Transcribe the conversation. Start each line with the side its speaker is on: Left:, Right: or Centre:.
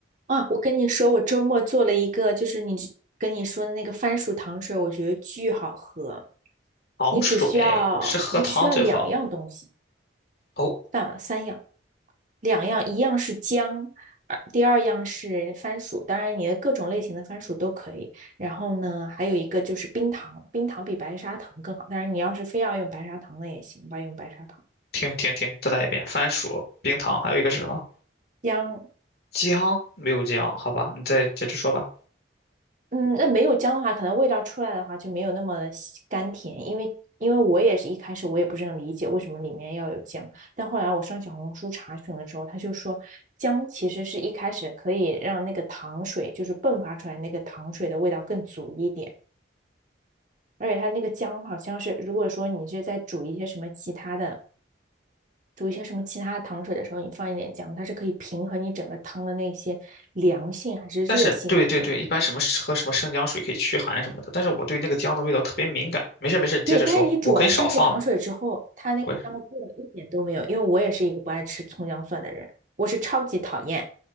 Right: 啊，我跟你说，我周末做了一个，就是你跟你说的那个番薯糖水，我觉得巨好喝。
Left: 糖水是喝汤最好。
Right: 你只需要，你只需要两样东西，
Left: 哦，
Right: 算了，三样，两样，一样是姜，呃第二样是番薯，当然你的各种类型的番薯都可以。然后呢，还有一个就是冰糖，冰糖比白砂糖更好，当然你要是非要用白砂糖的也行吧，用白砂糖。
Left: 停停停，再来一遍。番薯、冰糖，还有一个是什么？
Right: 姜
Left: 姜？没有姜，好吧，你再接着说吧。
Right: 嗯，那没有姜的话，可能味道出来的话就没有那么的吸甘甜，因为因为我也是一开始我也不是很理解为什么里面要有姜，但后来我上小红书查询了之后，他就说姜其实是一开始可以让那个糖水就是迸发出来那个糖水的味道更足一点，而且它那个姜好像是如果说你是在煮一些什么其他的煮一些什么其他的糖水的时候，你放一点姜，它是可以平衡你整个汤的那些凉性还是热性的这个
Left: 但是，对对对，一般什么喝什么生姜水可以驱寒什么的，但是我对那个姜的味道特别敏感。没事没事，你接着说，
Right: 对，但是你煮完番茄糖水之后，
Left: 我可以少放嘛。
Right: 它那个香味儿一点都没有。
Left: 我
Right: 因为我也是一个不爱吃葱姜蒜的人，我是超级讨厌。